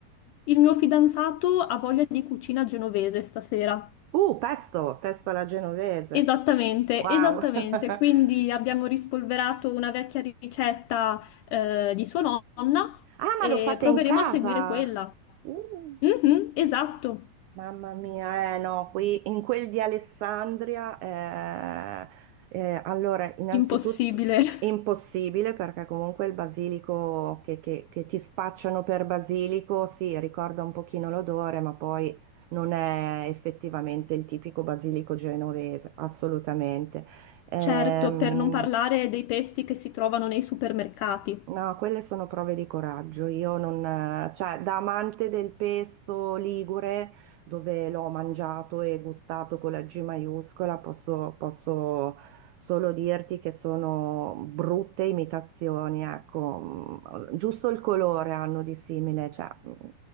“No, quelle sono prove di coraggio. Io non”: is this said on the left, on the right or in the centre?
Right